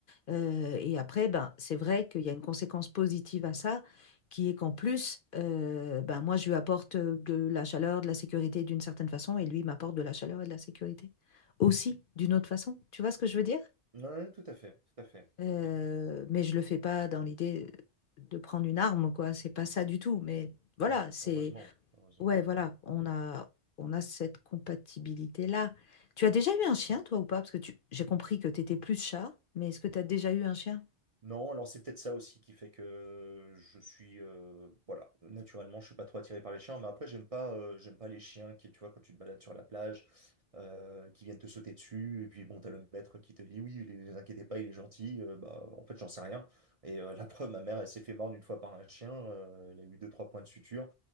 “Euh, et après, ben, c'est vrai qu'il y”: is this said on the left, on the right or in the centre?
Left